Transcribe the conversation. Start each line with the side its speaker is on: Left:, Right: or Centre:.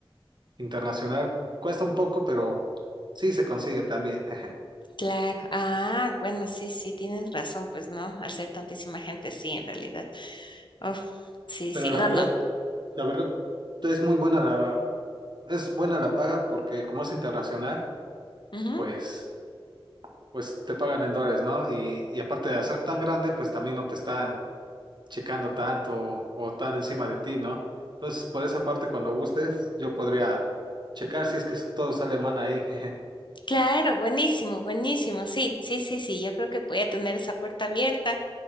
Right: internacional cuesta un poco, pero sí se consigue también. <laughs>
Left: claro. Ah, bueno, sí, sí, tienes razón, pues no, al ser tantísima gente, sí, en realidad. Oh, sí,
Right: Pero
Left: sí,
Right: la
Left: no,
Right: verdad,
Left: no.
Right: la verdad es muy buena la, es buena la paga porque como es internacional,
Left: Ujú.
Right: pues, pues te pagan en dólares, ¿no? Y, y aparte de ser tan grande, pues también no te están checando tanto o tan encima de ti, ¿no? Entonces, por esa parte, cuando gustes, yo podría checar si es que todo sale mal ahí. <laughs> jeje.
Left: Claro, buenísimo, buenísimo. Sí, sí, sí, sí. Yo creo que voy a tener esa puerta abierta.